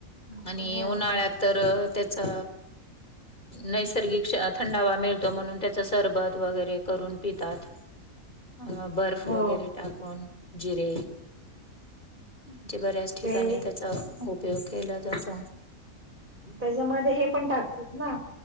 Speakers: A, on the right (about 35°); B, on the left (about 30°).
A: भूकण
B: आणि
A: वाढते
B: उन्हाळ्यात तर त्याचा नैसर्गिक थंडावा मिळतो म्हणून त्याचं सरबत वगैरे करून पितात अ बर्फ
A: हो
B: वगैरे टाकून जिरे म्हणजे बऱ्याच ठिकाणी
A: ते
B: त्याचा उपयोग केला जातो.
A: त्याच्यामध्ये हे पण टाकतात ना